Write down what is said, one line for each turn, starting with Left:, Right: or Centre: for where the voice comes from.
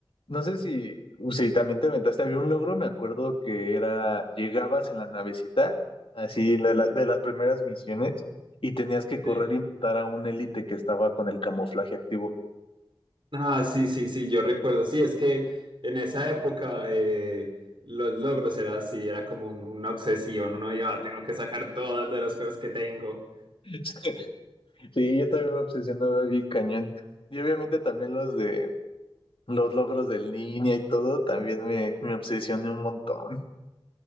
Left: No sé si, si también te aventaste, había un logro, me acuerdo que era, llegabas en la navecita, así la- la- de las primeras misiones, y tenías que correr
Right: Sí.
Left: y matar a un élite que estaba con el camuflaje activo.
Right: Ah, sí, sí, sí, yo recuerdo. Sí, es que en esa época eh, los logros era así, era como un- una obsesión. Uno iba, "Ah, tengo que sacar todos de los juegos que tengo.
Left: <laughs> Sí, yo también me obsesionaba bien cañón. Y obviamente también los de los logros de línea y todo, también me, me obsesioné un montón.